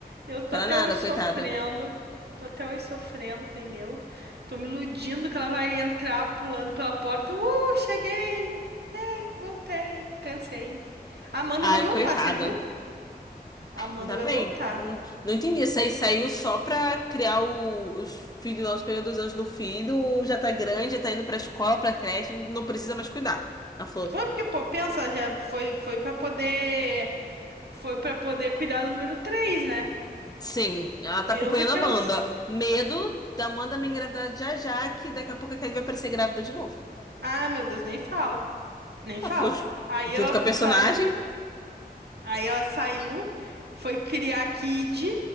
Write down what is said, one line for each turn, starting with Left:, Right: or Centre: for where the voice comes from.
Right: Eu tô
Left: Para
Right: até
Left: nada,
Right: hoje
Left: coitada.
Right: sofrendo. Tô até hoje sofrendo, entendeu? Tô me iludindo que ela vai entrar pulando pela porta. Uh, cheguei! Voltei. Cansei. A Amanda
Left: Ai,
Right: vai voltar,
Left: coitada.
Right: você viu? A Amanda
Left: Ainda
Right: vai
Left: bem.
Right: voltar.
Left: Hum, Não entendi. Isso aí saiu só pra criar o- os filhos lá, os primeiros dois anos do filho. Já tá grande, já tá indo pra escola, pra creche, não não precisa mais cuidar. Ela falou,
Right: Foi porque, pô, pensa, já foi, foi para poder. Foi pra poder cuidar do número 3, né?
Left: Sim, ela tá
Right: Pensa
Left: acompanhando
Right: que
Left: a Amanda.
Right: eu
Left: Medo da Amanda me engravidar já já, que daqui a pouco a Kelly vai aparecer grávida de novo.
Right: Ah, meu Deus, nem fala, nem fala.
Left: Ela foi ju-
Right: Aí
Left: junto
Right: ela
Left: com a personagem,
Right: sai, aí ela saiu, foi criar a Kid.